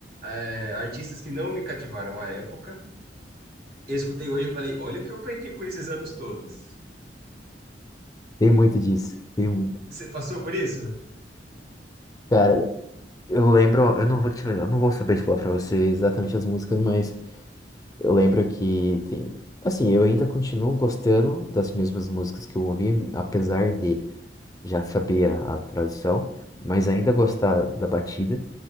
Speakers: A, on the right (about 60°); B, on the left (about 20°).
A: é, artistas que não me cativaram à época. Eu escutei hoje e falei, olha o que eu perdi por esses anos todos.
B: Tem muito disso, tem muito.
A: Você passou por isso?
B: Cara, eu lembro, eu não vou te lembrar, eu não vou saber te falar pra você exatamente as músicas, mas eu lembro que tem. Assim, eu ainda continuo gostando das mesmas músicas que eu ouvi, apesar de já saber a, a tradução, mas ainda gostar da batida.